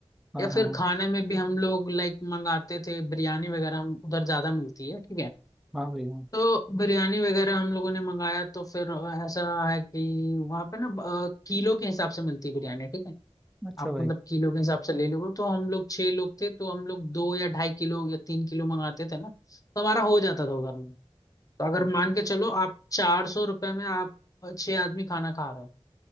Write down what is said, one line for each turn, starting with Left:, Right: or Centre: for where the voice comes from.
Centre: हाँ
Left: या
Centre: हाँ
Left: फिर खाने में भी हम लोग लाइक मंगाते थे बिरयानी वगैरह हम उधर ज्यादा मिलती है ठीक है
Centre: हाँ हाँ हाँ हाँ भाई हाँ
Left: तो बिरयानी वगैरह हम लोगों ने मंगाया तो फिर ऐसा है कि वहाँ पे ना अ, किलो के हिसाब से मिलती है बिरयानी ठीक है
Centre: अच्छा
Left: आप
Centre: भाई
Left: मतलब किलो के हिसाब से ले लोगे तो हम लोग छह लोग थे तो हम लोग दो या ढाई किलो या तीन किलो मंगाते थे ना तो हमारा हो जाता था उधर में तो अगर
Centre: अ-
Left: मान के चलो आप चार सौ रुपये में आप अ, छह आदमी खाना खा रहे हो